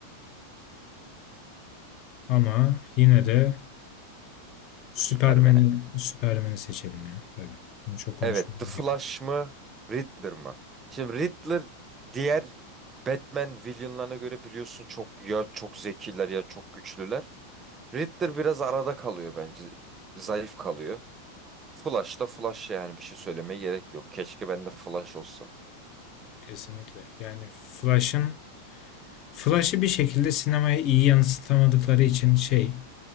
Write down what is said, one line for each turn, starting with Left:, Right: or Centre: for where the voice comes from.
Left: Ama yine de Superman'i
Right: Superman'e.
Left: Superman'i seçelim ya tabii. Bunu çok konuşmaya
Right: Evet The Flash
Left: gerek
Right: mı Riddler mı? Şimdi Riddler diğer Batman villainlarına göre biliyorsun çok ya çok zekiler ya çok güçlüler. Riddler biraz arada kalıyor bence. Zayıf kalıyor. Flash da Flash yani bir şey söylemeye gerek yok. Keşke ben de Flash olsam.
Left: Kesinlikle. Yani Flash'ın Flash'ı bir şekilde sinemaya iyi yansıtamadıkları için şey